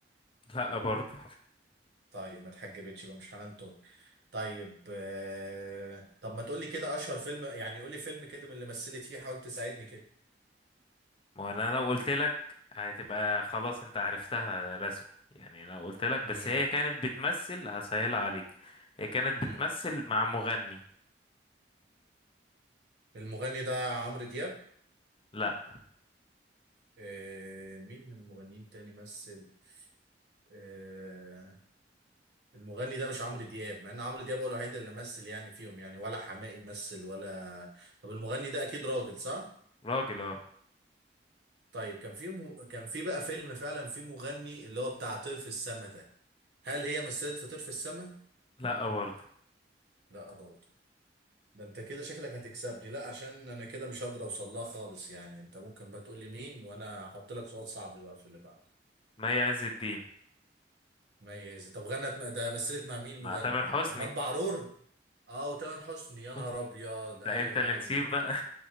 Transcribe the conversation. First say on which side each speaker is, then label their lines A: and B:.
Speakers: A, on the left; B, on the right.
A: لا برضه
B: طيب ما اتحجبتش يبقى مش حنان ترك طيب آه... طب ما تقولي كده اشهر فيلم يعني قولي فيلم كده من اللي مثلت فيه حاول تساعدني كده
A: ما هو انا لو قلت لك هتبقى خلاص انت عرفتها رسمي يعني لو قلت لك بس
B: مم.
A: هي كانت بتمثل هسهلها عليك هي كانت
B: مم.
A: بتمثل مع مغني
B: المغني ده عمرو دياب
A: لا
B: آه... مين من المغنيين تاني مثل آه... المغني ده مش عمرو دياب مع ان عمرو دياب هو الوحيد اللي مثل يعني فيهم يعني ولا حماقي مثل ولا طب المغني ده اكيد راجل صح؟
A: راجل اه
B: طيب كان في م... كان في بقى فيلم فعلا في مغني اللي هو بتاع طرف السما ده هل هي مثلت فطير في السماء؟
A: لا برضه
B: لا برضه ده انت كده شكلك هتكسبني لا عشان انا كده مش هقدر اوصل لها خالص يعني انت ممكن بقى تقول لي مين وانا هحط لك سؤال صعب بقى في اللي بعده
A: مي عز الدين
B: ميز طب غنت مع- ده مثلت مع مين
A: مع
B: مغني؟
A: تامر حسني
B: عماد بعرور؟ اه وتامر حسني يا نهار
A: <laughs>
B: ابيض
A: انت
B: ايوه
A: انت اللي
B: ايوه
A: نسيب بقى